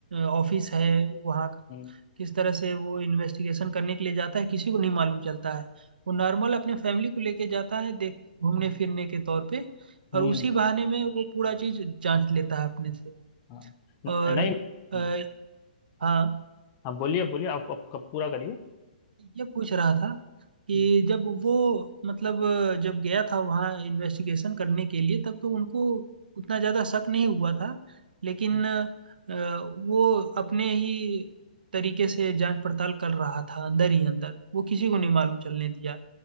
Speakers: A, on the right; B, on the left.
A: ऑफिस है वहाँ क-
B: हम्म
A: किस तरह से वो इन्वेस्टिगेशन करने के लिए जाता है किसी को नहीं मालूम चलता है वो नॉर्मल अपने फैमिली को लेके जाता है देख घूमने
B: हम्म
A: फिरने के तौर पे
B: हम्म,
A: और उसी बहाने में वो पूरा चीज जांच लेता है अपने से
B: हाँ,
A: और
B: नहीं
A: अ,
B: हम्म।
A: हाँ
B: हाँ बोलिए बोलिए आप, आप कब पूरा करिए
A: ये पूछ रहा था कि
B: हम्म
A: जब वो मतलब अ, जब गया था वहाँ इन्वेस्टिगेशन करने के लिए तब तो उनको उतना ज़्यादा शक नहीं हुआ था लेकिन
B: हम्म
A: अ, वो अपने ही तरीके से जांच पड़ताल कर रहा था अंदर ही अंदर वो किसी को नहीं मालूम चलने दिया